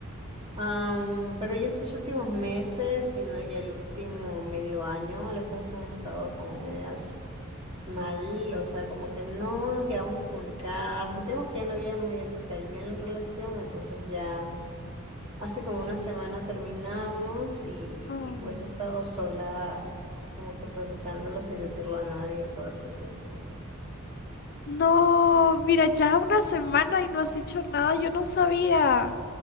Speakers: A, on the right; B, on the left.
A: Am, pero ya estos últimos meses, sino ya el último medio año, las cosas han estado como medias mal, o sea, como que no nos llegamos a comunicar, sentimos que ya no había medio que cariño en la relación, entonces ya hace como una semana terminamos y,
B: Mm.
A: y pues he estado sola como que procesándolo sin decirlo a nadie todo este tiempo.
B: No, mira, ya una semana y no has dicho nada, yo no sabía.